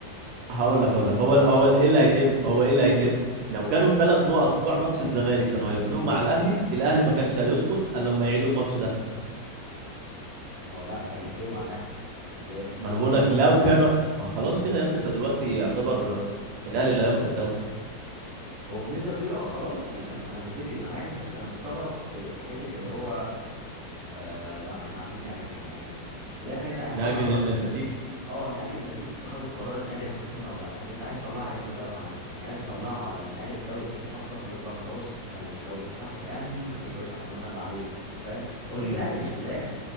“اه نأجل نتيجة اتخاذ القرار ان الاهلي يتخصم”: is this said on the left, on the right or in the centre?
Right